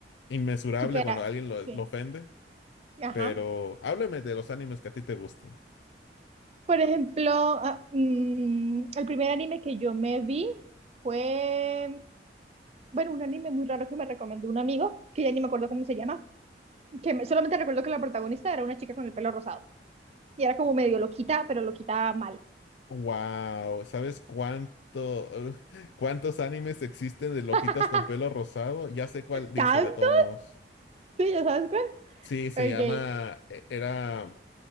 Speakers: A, on the left; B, on the right.
A: inmesurable
B: Supera,
A: cuando alguien lo,
B: sí.
A: lo ofende,
B: Ajá.
A: pero háblame de los animes que a ti te gustan.
B: Por ejemplo, ah, mm, el primer anime que yo me vi fue, bueno, un anime muy raro que me recomendó un amigo, que ya ni me acuerdo cómo se llama. que me- solamente recuerdo que la protagonista era una chica con el pelo rosado y era como medio loquita, pero loquita mal.
A: Wow, ¿sabes cuánto, ugh, cuántos animes existen de loquitas
B: <laughs>
A: con pelo rosado? Ya sé cuál dice
B: ¿Tanto?
A: de todos modos.
B: Sí, ya sabes cuál.
A: Sí, se llama,
B: Ok.
A: e- era,